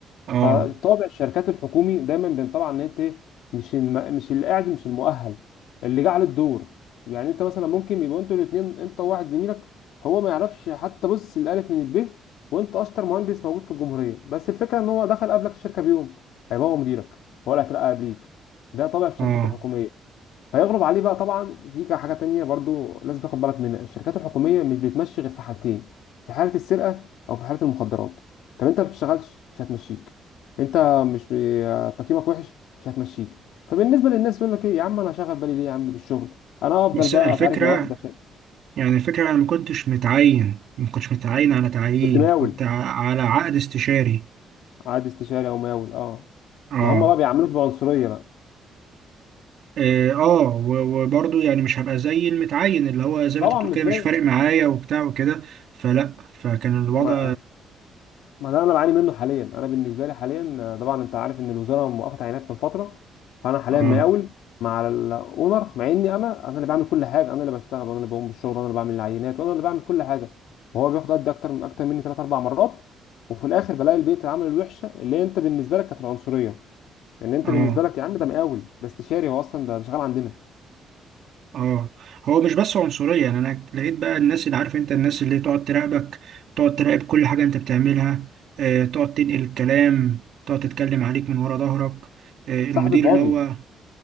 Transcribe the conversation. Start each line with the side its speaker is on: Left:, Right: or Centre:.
Right: اه
Left: فطابع الشركات الحكومي دايما بينطبع ان انت مش الم... مش اللي قاعد مش المؤهل اللي جه على الدور يعني انت مثلا ممكن يبقوا انتوا الاثنين انت وواحد زميلك هو ما يعرفش حتى بص الالف من الب وانت اشطر مهندس موجود في الجمهوريه بس الفكره ان هو دخل قبلك الشركه بيوم هيبقى هو مديرك ولا هترقى قبليك ده طابع الشركات
Right: اه
Left: الحكوميه فيغلب عليه بقى طبعا في كا- حاجه تانية برضو لازم تاخد بالك منها الشركات الحكوميه مش بتمشي غير في حالتين في حاله السرقه او في حاله المخدرات طب انت ما بتشتغلش مش هتمشيك انت مش بي- تقييمك وحش مش هتمشيك فبالنسبه للناس يقول لك ايه يا عم انا هشغل بالي ليه يا عم بالشغل انا افضل
Right: بس
Left: بقى
Right: الفكرة
Left: اتعارك مع واحد عشان
Right: يعني الفكرة أنا ما كنتش متعين ما كنتش متعين على تعيين
Left: كنت مقاول
Right: كنت ع- على عقد استشاري
Left: عاد استشاري او مقاول اه
Right: اه
Left: ما هم بقى بيعاملوك بعنصريه بقى
Right: اه آه، و- وبرضه يعني مش هبقى زي المتعين اللي هو زي ما
Left: طبعا
Right: انت بتقول
Left: مش
Right: كده
Left: زي
Right: مش فارق معايا وبتاع وكده فلا فكان الوضع
Left: ما ما ده انا بعاني منه حاليا انا بالنسبه لي حاليا آه، طبعا انت عارف ان الوزاره موقفه عينات من فتره فانا حاليا
Right: اه
Left: مقاول مع الاونر مع اني انا انا اللي بعمل كل حاجه انا اللي بشتغل وانا اللي بقوم بالشغل وانا اللي بعمل العينات وانا اللي بعمل كل حاجه وهو بياخد قد اكتر اكتر مني ثلاث اربع مرات وفي الاخر بلاقي البيئه العمل الوحشه اللي انت بالنسبه لك كانت العنصريه ان انت
Right: اه
Left: بالنسبه لك يا عم ده مقاول ده استشاري هو اصلا ده ده شغال عندنا
Right: اه هو مش بس عنصرية يعني انا لقيت بقى الناس اللي عارف انت الناس اللي تقعد تراقبك تقعد تراقب كل حاجة انت بتعملها آه تقعد تنقل الكلام تقعد تتكلم عليك من ورا ظهرك آه المدير
Left: صاحبي فاضي
Right: اللي هو